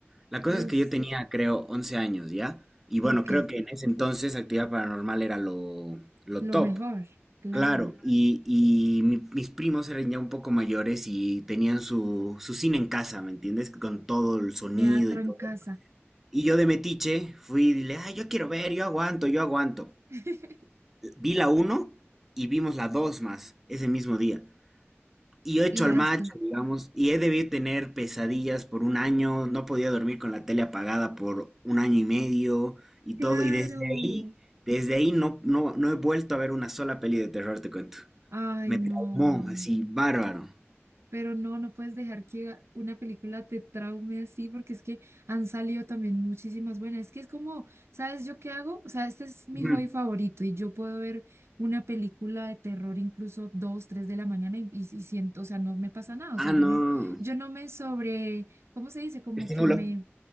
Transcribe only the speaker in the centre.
La cosa
es que yo tenía, creo, 11 años, ¿ya? Y bueno,
creo que en ese entonces Actividad Paranormal era lo, lo
top.
Claro, y, y mi- mis primos eran ya un poco mayores y tenían su, su cine en casa, ¿me entiendes? Con todo el sonido
y
todo.
Y yo de metiche fui y dile, ah, yo quiero ver, yo aguanto, yo aguanto.
Vi la uno y vimos la 2 más ese mismo día. Y yo hecho
al macho,
digamos, y he debido tener pesadillas por un año, no podía dormir con la tele apagada por un año y medio y
todo. Y desde ahí, desde ahí no, no, no he vuelto a ver una sola peli de terror, te cuento.
Me
traumó, así, bárbaro.
Ujú.
Ah,
no.
Estímulo.